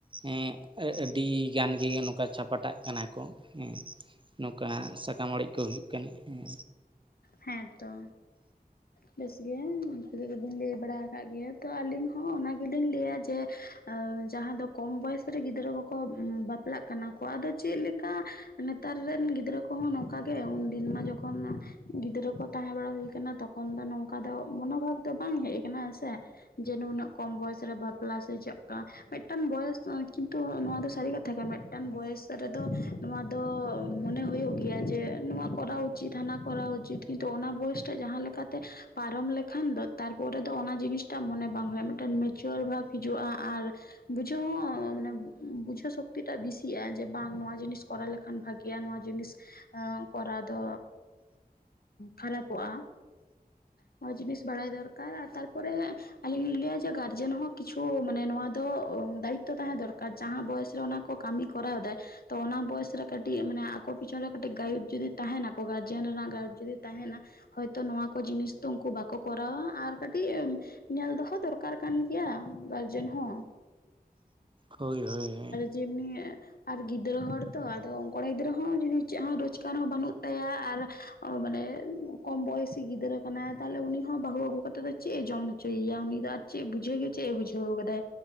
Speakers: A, on the right; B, on the left.
A: ᱮᱸᱜ ᱟᱹ ᱟᱹᱰᱤ ᱜᱟᱱ ᱜᱮ ᱱᱚᱠᱟ ᱪᱷᱟᱯᱟᱴᱟᱜ ᱠᱟᱱᱟ ᱠᱚ ᱦᱮᱸ᱾ ᱱᱚᱠᱟ ᱥᱟᱠᱟᱢ ᱚᱲᱮᱡ ᱠᱚ ᱦᱩᱭᱩᱜ ᱠᱟᱱᱟ ᱦᱮᱸ᱾
B: ᱦᱮᱸᱛᱚ, ᱵᱮᱥ ᱜᱮᱢ <unintelligible> ᱜᱮᱵᱮᱱ ᱞᱟᱹᱭ ᱵᱟᱲᱟᱣ ᱟᱠᱟᱫ ᱜᱮᱭᱟ ᱛᱚ ᱟᱞᱤᱧ ᱦᱚᱸ ᱚᱱᱟᱜ ᱜᱤᱞᱤᱧ ᱞᱟᱹᱭᱟ ᱡᱮ ᱟᱸ ᱡᱟᱦᱟᱸ ᱫᱚ ᱠᱚᱢ ᱵᱚᱭᱮᱥ ᱨᱮ ᱜᱤᱫᱽᱨᱟᱹ ᱠᱚᱠᱚ ᱩᱢ ᱵᱟᱯ ᱯᱞᱟᱜ ᱠᱟᱱᱟ ᱠᱚ ᱟᱫᱚ ᱪᱮᱫ ᱞᱮᱠᱟ ᱱᱮᱛᱟᱨ ᱨᱮᱱ ᱜᱤᱫᱽᱨᱟᱹ ᱠᱚᱦᱚᱸ ᱱᱚᱝᱠᱟ ᱜᱮ ᱩᱱᱫᱤᱱ ᱢᱟ ᱡᱚᱠᱷᱚᱱ ᱜᱤᱫᱽᱨᱟᱹ ᱠᱚ ᱛᱟᱦᱮᱸ ᱵᱟᱲᱟ ᱦᱩᱭ ᱠᱟᱱᱟ ᱛᱚᱠᱷᱚᱱ ᱫᱚ ᱱᱚᱝᱠᱟ ᱫᱚ ᱢᱚᱱᱚᱵᱷᱟᱵ ᱫᱚ ᱵᱟᱝ ᱦᱮᱡ ᱟᱠᱟᱱᱟ ᱥᱮ᱾ ᱡᱮ ᱱᱩᱱᱟᱹᱜ ᱠᱚᱢ ᱵᱚᱭᱮᱥ ᱨᱮ ᱵᱟᱯᱞᱟ ᱥᱮ ᱪᱮᱜ ᱠᱟ᱾ ᱢᱮᱜᱴᱟᱱ ᱵᱚᱭᱮᱥ ᱠᱤᱱᱛᱩ ᱱᱚᱣᱟ ᱫᱚ ᱥᱟᱨᱤ ᱠᱟᱛᱷᱟ ᱜᱮ ᱢᱮᱜᱴᱟᱱ ᱵᱚᱭᱮᱥ ᱨᱮᱫᱚ᱾ ᱱᱚᱣᱟ ᱫᱚ ᱢᱚᱱᱮ ᱦᱳᱭᱳᱜ ᱜᱮᱭᱟ ᱡᱮ ᱱᱚᱣᱟ ᱠᱚᱨᱟᱣ ᱩᱪᱤᱛ ᱦᱟᱱᱟ᱾ ᱠᱚᱨᱟᱣ ᱩᱪᱤᱛ ᱠᱤᱱᱛᱩ ᱚᱱᱟ ᱵᱚᱭᱮᱥ ᱴᱟᱜ ᱡᱟᱦᱟᱸ ᱞᱮᱠᱟᱛᱮ᱾ ᱯᱟᱨᱚᱢ ᱞᱮᱠᱷᱟᱱ ᱫᱚ ᱛᱟᱨᱯᱚᱨᱮ ᱫᱚ ᱚᱱᱟ ᱡᱤᱱᱤᱥᱴᱟᱜ ᱢᱚᱱᱮ ᱵᱟᱝ ᱦᱳᱭᱳᱜ-ᱟ ᱢᱮᱜᱴᱮᱱ ᱢᱤᱪᱩᱣᱟᱹᱨ ᱵᱷᱟᱵᱽ ᱦᱤᱡᱩᱜ-ᱟ ᱟᱨ᱾ ᱵᱩᱡᱷᱟᱹᱣ ᱦᱚᱸ ᱢᱟᱱᱮ ᱵᱩᱡᱷᱟᱹᱣ ᱥᱚᱠᱛᱤᱴᱟᱜ ᱵᱤᱥᱤᱜ-ᱟ ᱡᱮ ᱵᱟᱝ ᱱᱚᱣᱟ ᱡᱤᱱᱤᱥ ᱠᱚᱨᱟ ᱞ ᱠᱷᱟᱱ ᱵᱷᱟᱜᱮᱭᱟ ᱱᱚᱣᱟ ᱡᱤᱱᱤᱥ ᱟᱸ ᱠᱚᱨᱟᱣ ᱫᱚ᱾ ᱠᱷᱟᱨᱟᱯᱚᱜ-ᱟ ᱱᱚᱣᱟ ᱡᱤᱱᱤᱥ ᱵᱟᱲᱟᱭ ᱫᱚᱨᱠᱟᱨ ᱟᱨ ᱛᱟᱨᱯᱚᱨᱮ᱾ ᱟᱞᱤᱧ ᱞᱤᱧ ᱞᱟᱹᱭᱟ ᱡᱮ ᱜᱟᱨᱡᱮᱱ ᱦᱚᱸ ᱠᱤᱪᱷᱩ ᱢᱟᱱᱮ ᱱᱚᱣᱟ ᱫᱚ ᱫᱟᱭᱤᱛᱛᱚ ᱛᱟᱦᱮ ᱫᱚᱨᱠᱟᱨ ᱡᱟᱦᱟᱸ ᱵᱚᱭᱮᱥ ᱨᱮ ᱚᱱᱟ᱾ ᱠᱚ ᱠᱟᱢᱤ ᱠᱚᱨᱟᱣ ᱫᱟᱭ ᱛᱚ ᱚᱱᱟ ᱵᱚᱭᱮᱥ ᱨᱮ ᱠᱟᱴᱤᱜ ᱢᱟᱱᱮ ᱟᱠᱚ ᱯᱤᱪᱷᱚᱱ ᱨᱮ ᱠᱟᱴᱤᱜ ᱜᱟᱭᱤᱰ ᱡᱩᱫᱤ ᱛᱟᱦᱮᱱᱟᱠᱚ ᱜᱟᱡ ᱡᱮᱱ ᱨᱮᱱᱟᱜ ᱜᱟᱭᱤᱰ ᱡᱩᱫᱤ ᱛᱟᱦᱮᱱᱟ ᱦᱚᱭᱛᱚ ᱱᱚᱣᱟ ᱠᱚ ᱡᱤᱱᱤᱥ ᱫᱚ ᱩᱱᱠᱩ ᱵᱟᱠᱚ ᱠᱚᱨᱟᱣᱟ ᱟᱨ ᱠᱟᱴᱤᱜ᱾ ᱧᱮᱞ ᱫᱚᱦᱚ ᱫᱚᱨᱠᱟᱨ ᱠᱟᱱ ᱜᱮᱭᱟ ᱜᱟᱨᱡᱮᱱ ᱦᱚᱸ᱾
A: ᱦᱳᱭ ᱦᱳᱭ᱾
B: ᱡᱮᱢᱱᱤᱭᱮ᱾ ᱟᱨ ᱜᱤᱫᱽᱨᱟᱹ ᱦᱚᱲ ᱛᱚ ᱟᱫᱚ ᱠᱚᱲᱟ ᱜᱤᱫᱽᱨᱟᱹ ᱦᱚᱸ ᱡᱩᱫᱤ ᱪᱮᱜ ᱦᱚᱸ ᱨᱳᱡᱽᱜᱟᱨ ᱦᱚᱸ ᱵᱟᱱᱩᱜ ᱛᱟᱭᱟ ᱟᱨ᱾ ᱚ ᱢᱟᱱᱮ ᱠᱚᱢ ᱵᱚᱭᱚᱥᱤ ᱜᱤᱫᱽᱨᱟᱹ ᱠᱟᱱᱟᱭ ᱛᱟᱦᱞᱮ ᱩᱱᱤ ᱦᱚᱸ ᱵᱟᱦᱩ ᱟᱜᱩ ᱠᱟᱛᱮ ᱫᱚ᱾ ᱪᱮᱜ ᱮ ᱡᱚᱢ ᱦᱚᱪᱚᱭᱭᱟ ᱩᱱᱤ ᱫᱚ ᱟᱨ ᱪᱮᱜ ᱵᱩᱡᱷᱟᱹᱣ ᱜᱮ ᱪᱮᱜ ᱮ ᱵᱩᱡᱷᱟᱹᱣ ᱠᱟᱫᱟᱭ